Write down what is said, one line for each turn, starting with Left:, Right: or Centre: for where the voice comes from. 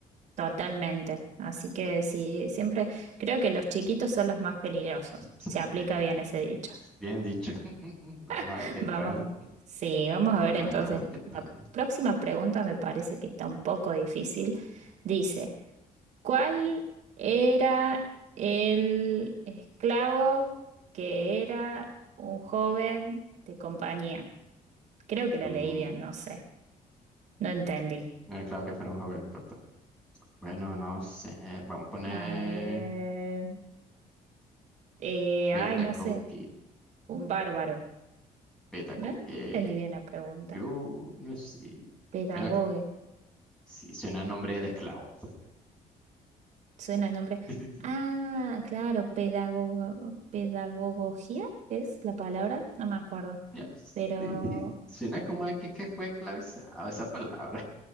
Right: totalmente. Así que sí, siempre creo que los chiquitos son los más peligrosos.
Centre: <laughs>
Right: Se aplica
Centre: De-
Right: bien ese dicho.
Centre: Bien dicho. <laughs> Vamos
Right: <laughs>
Centre: a ver qué
Right: Vamos,
Centre: tal.
Right: sí, vamos
Centre: Y
Right: a
Centre: vamos
Right: ver entonces.
Centre: a ver, vamos a ver qué tal.
Right: La próxima pregunta me parece que está un poco difícil. Dice... ¿Cuál era el esclavo que era un joven de compañía? Creo que la
Centre: Mm,
Right: leí bien, no sé, no entendí.
Centre: Bueno, claro que fuera un joven costo. Bueno, no sé. Vamos a poner
Right: A ver, eh,
Centre: beta
Right: ay, no
Centre: cookie.
Right: sé, un bárbaro.
Centre: Beta cookie.
Right: No entendí bien la pregunta.
Centre: Yo no sé.
Right: Pedagogue,
Centre: Bueno, que- sí, suena a nombre de esclavo.
Right: suena el nombre.
Centre: <laughs>
Right: Ah, claro, pedagogo, pedagogía es la palabra, no me acuerdo,
Centre: Ya, sí,
Right: pero
Centre: sí, Suena como a que, que fue esclavizado esa palabra.